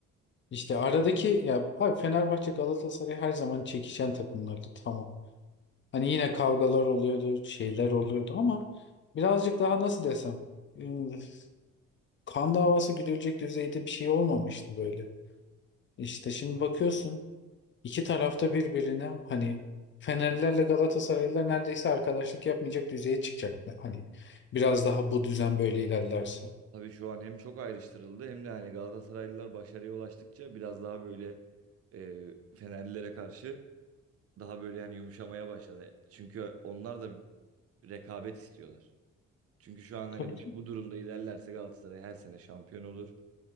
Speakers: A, on the left (about 40°); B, on the right (about 50°).
A: işte aradaki ya abi Fenerbahçe Galatasaray her zaman çekişen takımlardı tamam. Hani yine kavgalar oluyordu, şeyler oluyordu ama birazcık daha nasıl desem ıı, kan davası güdülecek düzeyde bir şey olmamıştı böyle. İşte şimdi bakıyorsun iki tarafta birbirine hani Fenerlilerle Galatasaraylılar neredeyse arkadaşlık yapmayacak düzeye çıkacak. Hani biraz daha bu düzen böyle ilerlerse.
B: Tabii şu an hem çok ayrıştırıldı hem de hani Galatasaraylılar başarıya ulaştıkça biraz daha böyle e, Fenerlilere karşı daha böyle yani yumuşamaya başladı. Çünkü onlar da rekabet istiyorlar. Çünkü şu an hani
A: Tabii
B: bu,
A: ki.
B: bu durumda ilerlerse Galatasaray her sene şampiyon olur.